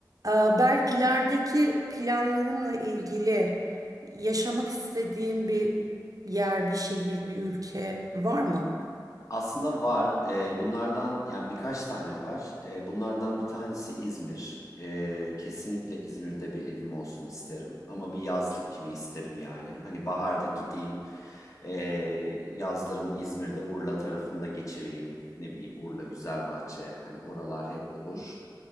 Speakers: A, on the right (about 50°); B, on the left (about 45°).
A: Ee, Berk ilerideki planlarınla ilgili yaşamak istediğin bir yer, bir şehir, bir ülke var mı?
B: Aslında var. Eee, bunlardan yani birkaç tane var. Eee, bunlardan bir tanesi İzmir. Eee, kesinlikle İzmir'de bir evim olsun isterim. Ama bir yazlık gibi isterim yani. Hani baharda gideyim. eee, yazlarımı İzmir'de Urla tarafında geçireyim. Ne bileyim Urla, Güzelbahçe. Hani oralar hep olur.